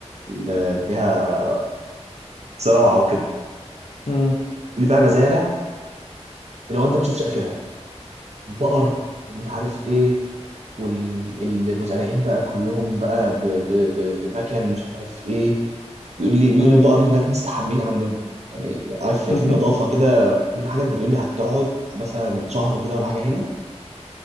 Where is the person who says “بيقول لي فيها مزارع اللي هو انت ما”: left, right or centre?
Right